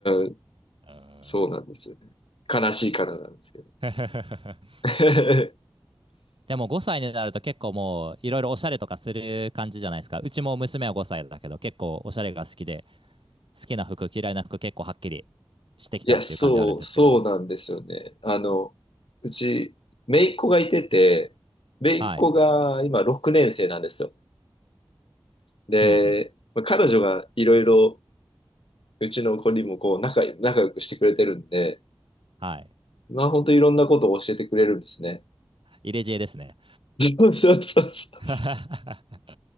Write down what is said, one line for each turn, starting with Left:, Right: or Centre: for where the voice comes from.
Left: ーん、
Right: うん。
Left: そうなんですよね。悲しいからなんですけど。
Right: <laughs>
Left: <laughs>
Right: でも5歳になると結構もういろいろおしゃれとかする感じじゃないですか。うちも娘は5歳だけど結構おしゃれが好きで、好きな服、嫌いな服結構はっきりしてきたっていう感じあるんですけど。
Left: いや、そう、そうなんですよね。あの、うち、姪っ子がいてて、姪っ子が今6年生なんですよ。
Right: はい。
Left: で、
Right: うんうん。
Left: まあ彼女がいろいろうちの子にもこう仲、仲良くしてくれてるんで、
Right: はい。
Left: まあ本当いろんなことを教えてくれるんですね。
Right: 入れ知恵ですね。
Left: <laughs> そうそうそうそう。
Right: <laughs>